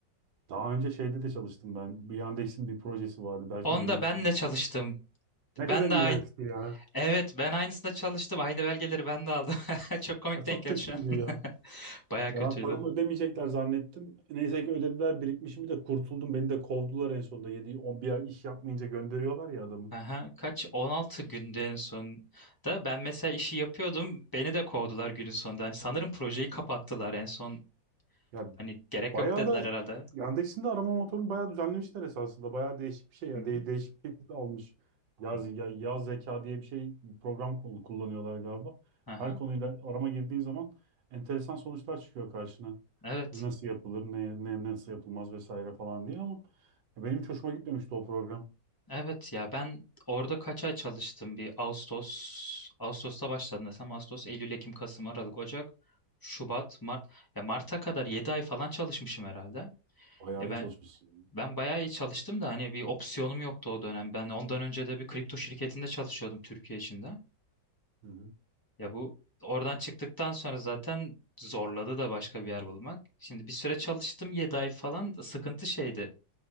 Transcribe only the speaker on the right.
Daha önce şeyde de çalıştım ben. Bir Yandex'in bir projesi vardı. Belki
duymuşsunuz.
Ne
kadar iğrençti
ya.
Ya çok
kötüydü
ya.
Ya
ben paramı ödemeyecekler zannettim. Neyse ki ödediler birikmişimi de kurtuldum. Beni de kovdular en sonunda. 7-11 ay iş yapmayınca gönderiyorlar ya adamı.
Ya
bayağı
da
Yandex'in de arama motorunu bayağı düzenlemişler esasında. Bayağı değişik bir şey ya.
De değişik bir şekilde almış. Yaz,
ya, yaz zeka diye bir şey bir program kul- kullanıyorlar galiba.
Her konuyla arama girdiğin zaman enteresan sonuçlar çıkıyor karşına.
Nasıl yapılır, ne, ne nasıl yapılmaz vesaire falan diye ama ya benim hiç hoşuma gitmemişti o program.
Bayağı
iyi
çalışmışsın.
Hı hı.